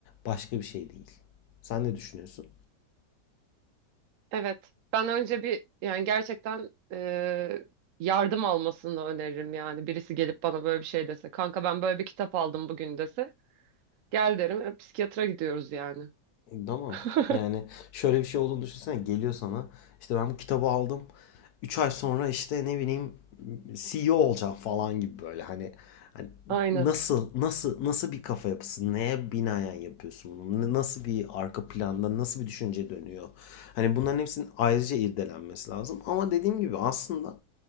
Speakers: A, on the left (about 70°); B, on the right (about 65°).
A: başka bir şey değil. Sen ne düşünüyorsun?
B: Evet. Ben önce bir yani gerçekten e, yardım almasını öneririm yani. Birisi gelip bana böyle bir şey dese. Kanka ben böyle bir kitap aldım bugün dese. Gel derim. E, psikiyatra gidiyoruz yani.
A: Ama
B: <laughs>
A: yani şöyle bir şey olduğunu düşünsene geliyor sana işte ben bu kitabı aldım 3 ay sonra işte ne bileyim CEO olacağım falan gibi böyle hani, hani
B: Aynen.
A: nasıl nasıl nasıl bir kafa yapısı neye binaen yapıyorsun bunu nasıl bir arka planda nasıl bir düşünce dönüyor hani bunların hepsinin ayrıca irdelenmesi lazım ama dediğim gibi aslında